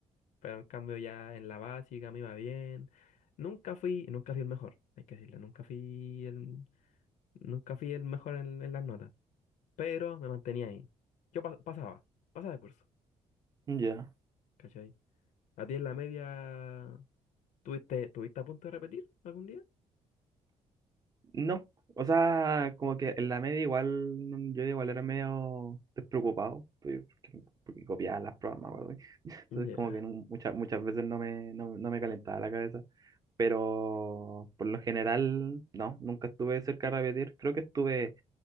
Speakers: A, on the left; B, on the right.
A: Pero en cambio ya en la básica me iba bien. Nunca fui, nunca fui el mejor, hay que decirlo, nunca fui el, nunca fui el mejor en, en las notas, pero me mantenía ahí. Yo pas- pasaba, pasaba de curso,
B: ya.
A: ¿cachai? ¿A ti en la media tuviste, tuviste a punto de repetir algún día?
B: No, o sea, como que en la media igual, mm, yo igual era medio despreocupado, pues, porque, porque copiaba las pruebas, me acuerdo. Entonces
A: Ya,
B: como que nu- muchas, muchas veces no me, no, no me calentaba la cabeza. pero por lo general, no, nunca estuve cerca de repetir. Creo que estuve,